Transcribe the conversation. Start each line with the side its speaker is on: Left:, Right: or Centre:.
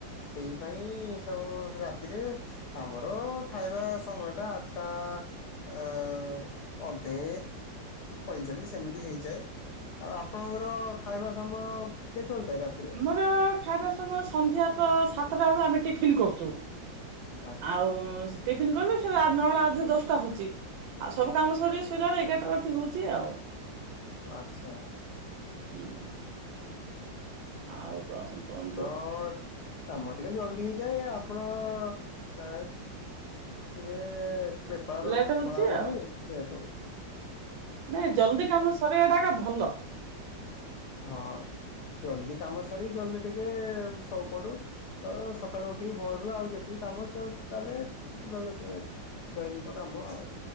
Left: ସେଇ ପାଇଁ ସବୁ ରାତିରେ ଆମର ଖାଇବା ସମୟ ଟା ଆଠ୍ ଟା ଅ- ଅଧେ ପଇଁଚାଳିଶ୍ ଏମିତି ହେଇଯାଏ। ଆଉ ଆପଣଙ୍କର ଖାଇବା ସମୟ କେତେବେଳେ ଥାଏ ରାତିରେ?
Right: ଅ- ଖାଇବା ସମୟ ସନ୍ଧ୍ୟା ତ ସାତଟା ବେଳୁ ଆମେ ଟିଫନ୍ କରୁଚୁ।
Left: ଆଛା
Right: ଆଉ ଟିଫିନ୍ କଲେ ସେରା ନଅଟା ଅଧେ ଦଶଟା ହଉଚି। ଆଉ ସବୁ କାମ ସରି ଶୋଇଲା ଅଳୁ ଏଗାରଟା ରାତି ହଉଚି ଆଉ।
Left: ଆଚ୍ଛା ଆଚ୍ଛା।
Right: ହୁଁ ଆଉ କଣ୍ କୁହନ୍ତୁ।
Left: ଫୋନ୍। କାମ ଟିକେ ଜଲ୍ଦି ହେଇଯାଏ ଆପଣ ଏଁ ଟିକେ ବେପାର
Right: ଲେଟ୍
Left: <unintelligible>
Right: ହଉଛି
Left: ବୋଲି
Right: ଆଉ
Left: ଲେଟ୍ ହଉଚି।
Right: ନାଇଁ ଜଲ୍ଦି କାମ ସରିଆ ଟା ଏକା ଭଲ।
Left: ହଁ ଜଲ୍ଦି କାମ ସାରି ଜଲ୍ଦି ଟିକେ ଶୋ ପଡୁ। ତ ସକାଳୁ ଉଠିକି ଭୋରରୁ ଆଉ ଯେତିକି କାମ ଚା ଚାଲେ ନ- <unintelligible> ଦୈନିକ କାମ ଆଉ।